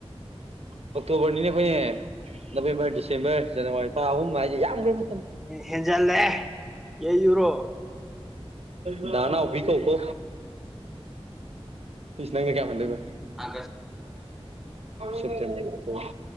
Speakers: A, on the right; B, in the centre.
A: ꯑꯣꯛꯇꯣꯕꯔꯅꯤꯅꯦ ꯑꯩꯈꯣꯏꯅꯦ ꯅꯕꯦꯝꯕꯔ ꯗꯤꯁꯦꯝꯕꯔ ꯖꯅꯋꯥꯔꯤ ꯊꯥ ꯑꯍꯨꯝ ꯍꯥꯏꯁꯦ ꯌꯥꯝꯈ꯭ꯔꯦ ꯃꯇꯝ
B: ꯍꯦꯟꯖꯜꯂꯦ ꯌꯩꯌꯨꯔꯣ
A: ꯑꯗ ꯅ ꯑꯣꯕꯤ ꯀꯣꯀꯣ ꯐꯤꯁ ꯅꯪꯅ ꯀꯌꯥꯝ ꯍꯟꯊꯣꯏꯕ
B: ꯁ
A: ꯁꯦꯞꯇꯦꯝꯕꯔ ꯑꯣꯛꯇꯣꯕꯔ